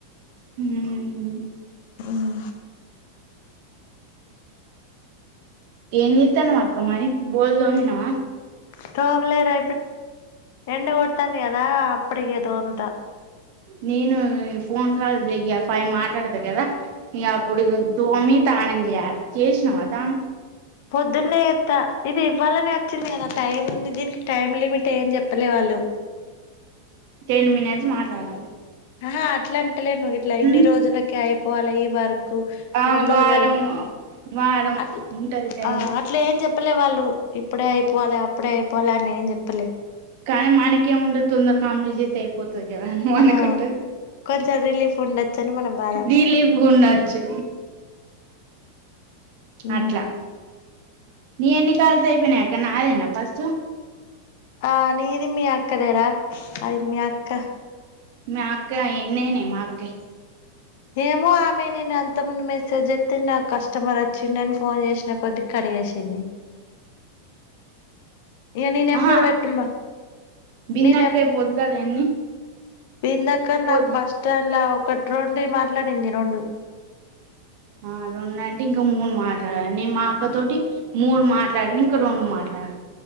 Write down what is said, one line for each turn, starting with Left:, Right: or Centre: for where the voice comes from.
Right: హు హమ్
Left: అవు
Right: ఎంచెత్తన్నవాక్క మరి బోల్దు తొమీనవా
Left: తోవలే రా ఏండ కొడతన్ది కదా అప్పటికి దోమంతా
Right: నేను ఫోన్ కాల్ ఫై మాట్లాడతా కదా ఇక అప్పుడు దోమి తనంచేయాలి చేసినవా తాను
Left: పొద్దున్న ఎత్తా ఇది ఇవ్వాలని వచ్చింది కదా టైం ఉంది దీనికి టైమ్ లిమిట్ ఏని చెప్పలే వాళ్ళు.
Right: టెన్ మినిట్స్ మాట్లాడాలి
Left: ఆహా అట్లా అంటలే నువ్వు ఇట్లా ఇన్ని
Right: ఉమ్
Left: రోజులకే అయిపోవాలి ఈ వర్క్ కుక్స్
Right: ఆ
Left: రెండు
Right: వారం
Left: రోజుల
Right: వారం
Left: అ
Right: ఉంటది టైం
Left: అట్లా ఏం చె చెప్పలే వాళ్ళు ఇప్పుడే అయిపోవాలి అప్పుడే అయిపోవాలి అని నేం చెప్పలే
Right: కానీ మనకేం ఉండదు తొందర కామెడీ చేస్తే అయిపోతుంది మన
Left: ఆ
Right: కుట్ట
Left: కొంచెం రిలీఫ్ ఉండొచ్చని మన బాధ
Right: రీలిపు ఉండొచ్చు
Left: ఉ
Right: అట్లా నీ ఎన్ని కాల్స్ అయిపోయినా అక్క నాదేనా ఫస్ట్
Left: ఆ నిధి మీ అక్కదరా అక్క
Right: మా అకా ఎన్ననే మా అక్కయ్
Left: ఏమో ఆమె నేను అంతమంది మెసేజ్ చెప్తే నాకు కస్టమర్ వచ్చిండ అని ఫోన్ చేసిన కొద్ది క చేసింది ఇగ నీ నెంబర్
Right: హ
Left: పెట్టమ
Right: బిందు
Left: నీ
Right: అక్కై పొద్దుగాల ఎన్ని
Left: బిందు అక్క
Right: పొద్
Left: నాకు బస్ స్టాండ్ ఒకటి రెండి మాట్లాడింది రెండు
Right: ఆ రెండు అంటే ఇంకా మూడు మాటే మా అక్క తోటి మూడు మాట్లాడిని ఇంకా రెండు మాటలు ఆ